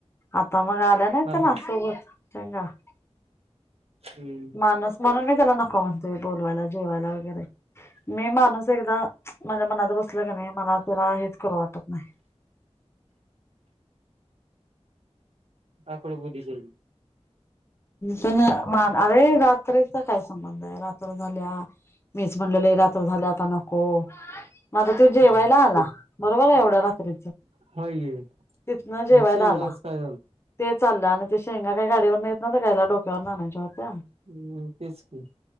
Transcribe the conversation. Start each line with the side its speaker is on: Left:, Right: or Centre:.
Left: आता मग आलं नाही
Right: हा
Left: त्याला
Right: हा
Left: असोबत चांगा <unintelligible>
Right: हम्म
Left: माणूस म्हणून मी त्याला नको म्हणतोय बोलवायला जेवायला वगैरे मी माणूस एकदा माझ्या मनात बसल की नाही मला त्याला हेच करू वाटत नाही
Right: आखड बुधी जल <unintelligible>
Left: ह् मान अरे रात्रेचा काय संबंध आहे रात्र झाल्या मीच म्हणलेल रात्र झाले आता नको माझ त जेवायला
Right: होय
Left: आला बरोबर आहे एवढ्या र
Right: की
Left: तिथन जेवायला
Right: शेंगालाच
Left: आला
Right: काय
Left: ते चाललं आणि ते शेंगा काही गाडीवर नाही य ना कायला डोक्यावर नाण्याच्या होते
Right: हम्म तेच की